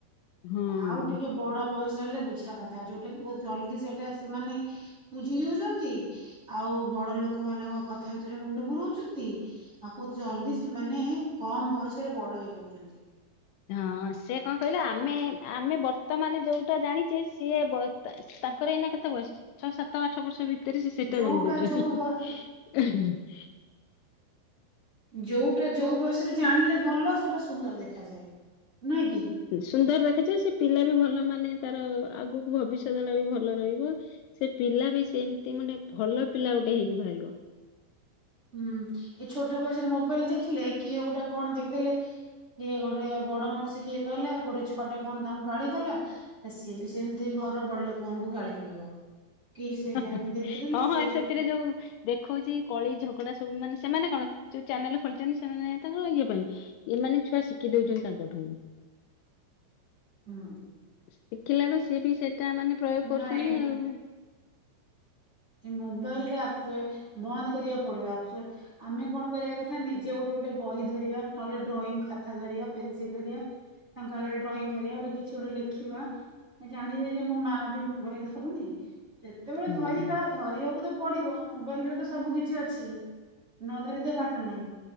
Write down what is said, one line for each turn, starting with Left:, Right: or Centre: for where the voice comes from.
Left: ହଁ
Right: ଆଉ ଟିକେ ବଡ ବୟସ ହେଲେ ବୁଝିବା କଥା, ଯୋଉଟା କି ବୋହୁତ ଜଲଦି ସେଇଟା ସେମାନେ ବୁଝି ଯାଉଛନ୍ତି। ଆଉ ବଡ ଲୋକ ମାନଙ୍କ କଥା ଭିତରେ ମୁଣ୍ଡ ପୁରଉଛନ୍ତି। ବୋହୁତ ଜଲଦି ସେମାନେ କମ ବୟସରେ ବଡ ହେଇଯାଉଛନ୍ତି।
Left: ହଁ ସେ କଣ କହିଲ, ଆମେ ଆମେ ବର୍ତ୍ତମାନ ଯୋଉଟା ଜାଣିଛେ ସିଏ ତାଙ୍କର ଏଇନା କେତେ ବୟସ? ଛଅ ସାତ ଆଠ ବର୍ଷ ଭିତ ଭିତରେ ସେ ସେଟା
Right: ଯୋଉଟା
Left: ଜାଣି ଦଉଛନ୍ତି।
Right: ଯୋଉ ବୟ ଯୋଉଟା ଯୋଉ ବୟସରେ ଜାଣିଲେ ଭଲ ସେଟା ସୁନ୍ଦର ଦେଖାଯାଏ ନୁହେଁ କି।
Left: ସୁନ୍ଦର ଦେଖାଯାଏ। ସେ ପିଲା ବି ଭଲ ମାନେ ତାର ଆଗକୁ ଭବିଷ୍ୟତଟା ବି ଭଲ ରହିବ। ସେ ପିଲା ବି ସେମିତି ମାନେ ଭଲ ପିଲା ଗୋଟେ ହେଇକି ବାହାରିବ।
Right: ହୁଁ ଏ ଛୋଟ ବୟସରେ ମୋବାଇଲ ଦେଖିଲେ କିଏ ଗୋଟାଏ କଣ ଦେଖିଦେଲେ କିଏ ଗୋଟେ ବଡ ମଣିଷ କିଏ କହିଲା ଗୋଟେ ଛଆଟେ କଣ ତାଙ୍କୁ ଗାଳିକଲା। ସିଏ ବି ସେମିତି ଘରର ବଡ ଲୋକମାନଙ୍କୁ ଗାଳି କରିବ। କି ସେ
Left: ହଁ
Right: ମୁଁ ଦେଖିଥିଲି ସେ
Left: ହଁ
Right: ସେ
Left: ସେଥିରେ ଯୋଉ ଦେଖଉଛି କଳି ଝଗଡା ସବୁ ମାନେ ସେମାନେ କଣ ଯୋଉ ଚ୍ୟାନେଲ ଖୋଲିଛନ୍ତି, ସେମାନେ ତାଙ୍କର ଇଏ ପାଇଁ। ଏମାନେ ଛୁଆ ଶିଖି ଦଉଛନ୍ତି ତାଙ୍କଠୁ।
Right: ହୁଁ।
Left: ଶିଖିଲାରୁ ସିଏ ବି ସେଇଟା ମାନେ ପ୍ରୟୋଗ କରୁଛନ୍ତି
Right: ନାଇଁ
Left: ଆଉ।
Right: ଏ ମୋବାଇଲ ଟା ଆକ୍ ବନ୍ଦ କରିବାକୁ ପଡିବ ଆକ୍ ଆମେ କଣ କରିବା କଥା ନିଜେ ଗୋଟେ ଗୋଟେ ବହି ଧରିବା ନହେଲେ ଡ୍ରଇଂ ଖାତା ଧରିବା ପେନସିଲ୍ ଧରିବା। ତାଙ୍କ ଆଗରେ ଡ୍ରଇଂ କରିବା ଗୋଟେ କିଛି ଗୋଟେ ଲେଖିବା। ଜାଣିବେ ଯେ ମୋ ମା ବି ମୋବାଇଲ ଧରୁନି। ଯେତେବେଳେ
Left: ହୁଁ।
Right: ଧରିବି ଧରିବାକୁ ତ ପଡିବ ମୋବାଇଲରେ ତ ସବୁ କିିଛି ଅଛି ନ ଧରିତ ବାଟ ନାହିଁ।